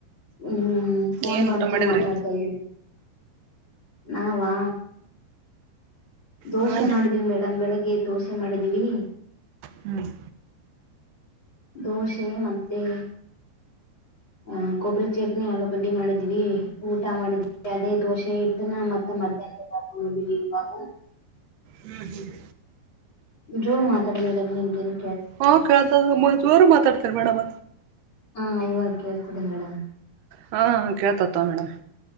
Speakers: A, on the left (about 25°); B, on the right (about 70°).
A: ಹ್ಮ್ ಫೋನ್
B: ಏನ್
A: ಬಂತು
B: ಊಟ ಮಾಡಿದ್ರಿ
A: ಮಾತಾಡ್ತಾ ಇದೀನಿ. ನಾವಾ. ದೋಸೆ
B: ನಾನ್
A: ಮಾಡಿದೀವಿ ಮೇಡಮ್ ಬೆಳಗ್ಗೆ ದೋಸೆ ಮಾಡಿದೀವಿ.
B: ಹ್ಮ್
A: ದೋಷೆ ಮತ್ತೆ. ಅಹ ಕೊಬ್ಬರಿ ಚಟ್ನಿ ಆಲೂಗಡ್ಡಿ ಮಾಡಿದ್ವಿ ಊಟ ಮಾಡಿದ್ವಿ ಅದೇ ದೋಸೆ ಇಟ್ಟನ ಮತ್ತ. ಮಂತಟಾಕ ನೋಡಿವಿವಾಗ.
B: ಹ್ಮ್ ಹ್ಮ್.
A: ಜೋರ್ ಮಾತಾಡಿ ಮೇಡಂ್ ನಿಮಗೆೇನು.
B: ಹಾ ಕತ್ವ ಜೋರು ಮಾತಾಡ್ತಾರೆ ಮೇಡಮ್.
A: ಹಾ ಇವಾಗ ಕೇಳ್ತದೆ ಮೇಡಮ್.
B: ಹಾ ಕೇಳ್ತತ್ತ ಮೇಡಮ್.